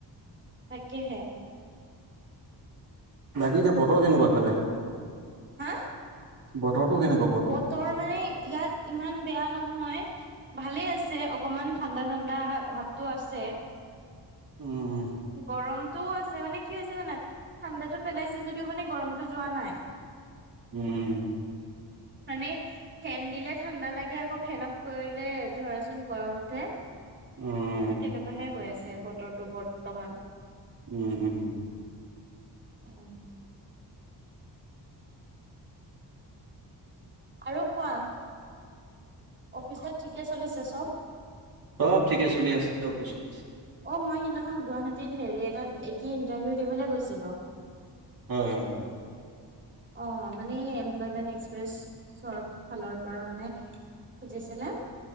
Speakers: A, on the right; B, on the right.
A: তাকেহে।
B: বাকী এতিয়া বতৰ কেনেকুৱা এইফালে?
A: হা?
B: বতৰটো কেনেকুৱা?
A: বতৰ মানে, ইয়াত ইমান বেয়া নহয়। ভালেই আছে, অকমান ঠাণ্ডা-ঠাণ্ডা ভাৱটো আছে।
B: উম
A: গৰম টোও আছে, মানে কি হৈছে জানা ঠাণ্ডাটো পেলাইছে যদিও মানে গৰমটো যোৱা নাই।
B: উম।
A: মানে ফেন দিলে ঠাণ্ডা লাগে, আকৌ ফেন অফ কৰিলে ধৰাচোন গৰমতে
B: উম।
A: এই তেনেকুৱাহে হৈ আছে, বতৰৰটো বৰ্তমান।
B: উম।
A: <unintelligible> আৰু কোৱা? অফিচত ঠিকে চলিছে চব?
B: চব ঠিকে চলি আছে অফিচত।
A: অ', মই সিদিনাখন গুৱাহাটীত হেৰি এটা <unintelligible> ইন্টাৰভিউ দিবলে গৈছিলোঁ।
B: হয়, হয়।
A: অ', মানে এমপ্লয়মেন্ট এক্সপ্ৰেছৰ ফালৰ পৰা মানে খুজিছিলে।